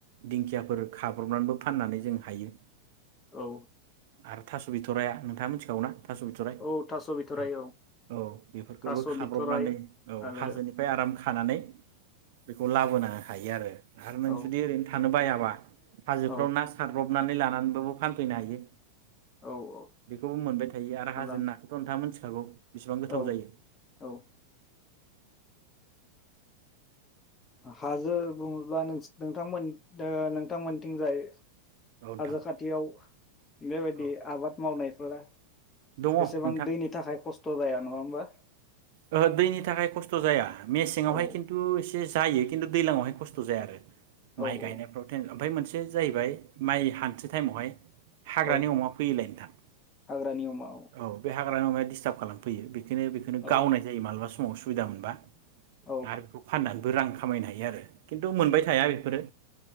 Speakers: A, on the right; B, on the left.
A: दिंखियाफोर खाब्रबनानैबो फाननानै जों हायो।
B: औ।
A: आरो थास' बिथ'राया नोंथाङा मिथिगौ ना? थास' बिथ'राय
B: औ थास' बिथ'राय
A: औ औ बेफोरखौबो
B: थास'
A: खाब्र'बनानै
B: बिथ'राय
A: औ
B: आरो
A: हाजोनिफ्राय आराम खानानै बेखौनो लाबोनो हायो आरो। आरो नों
B: ओ
A: जुदि ओरैनो थानो बाया <unintelligible> हाजोफ्राव
B: औ
A: ना सारबाव हबनानै लानानैबाबबो फानफैनो हायो।
B: औ औ
A: बेखौबो मोनबाय थायो आरो
B: मोजां
A: हाजो नाखौथ' नोंथाङा मोनथिखागौ बेसेबां गोथाव
B: औ
A: जायो।
B: औ हाजो बुङोब्ला नोंथांमोन ओ नोंथांमोनथिंजाय
A: औ नोंथां
B: हाजो खाथियाव बेबायदि
A: औ
B: आबाद मावनाय <unintelligible>
A: दङ
B: एसेबां
A: नोंथां
B: दैनि थाखाय खस्थ' थ'बायाय न होमबा।
A: ओहो दैनि थाखाय खस्थ' जाया मेसेङावहाय
B: औ
A: खिन्थु एसे जायो खिन्थु दैज्लाङावहाय खस्थ' जाया आरो। माइ
B: औ औ
A: गायनायफ्रावथेन ओमफ्राय मोनसे मोनसे जाहैबाय माइ हानस टाइमावहाय हाग्रानि
B: औ
A: अमा फैयलाय नोंथां
B: हाग्रानि अमा
A: औ बे हा ह अमाया दिस्टारप खालामफैयो बेखौनो बेखौ गावनायायो
B: औ
A: मालबा समाव समाव सुबिदा मोनबा।
B: औ
A: आरो बेखौ फाननानै बो रां खामायनो हायो आरो खिन्थु मोनबाय थाया बेफोरो